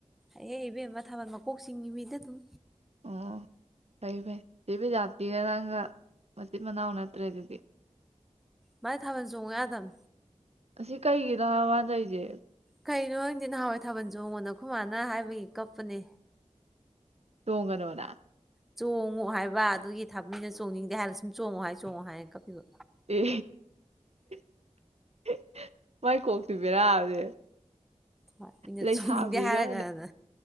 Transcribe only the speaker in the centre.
ꯑꯦ ꯏꯕꯦꯝꯃ ꯊꯥꯕꯜ ꯃꯀꯣꯛ ꯆꯤꯡꯉꯤꯃꯤꯗ ꯑꯗꯨꯝ
ꯃꯗꯤ ꯊꯥꯕꯟ ꯆꯣꯡꯉꯣ ꯌꯥꯗꯝ
ꯀꯩꯅꯣ ꯍꯪꯗꯦ ꯅꯍꯥꯟꯋꯥꯏ ꯊꯥꯕꯜ ꯆꯣꯡꯉꯣꯅ ꯈꯣꯏ ꯃꯥꯅ ꯍꯥꯏꯕꯒꯤ ꯀꯞꯄꯅꯦ
ꯆꯣꯡꯉꯣ ꯍꯥꯏꯕ ꯑꯗꯨꯒꯤ ꯊꯥꯕꯅꯤꯅ ꯆꯣꯡꯅꯤꯡꯗꯦ ꯍꯥꯏꯔꯒ ꯁꯨꯝ ꯆꯣꯡꯉꯨ ꯍꯥꯏ ꯆꯣꯡꯉꯣ ꯍꯥꯏꯅ ꯀꯞꯄꯤꯕ
ꯍꯣꯏ ꯃꯤꯅ
ꯆꯣꯡꯅꯤꯡꯗꯦ ꯍꯥꯏꯔꯒꯅ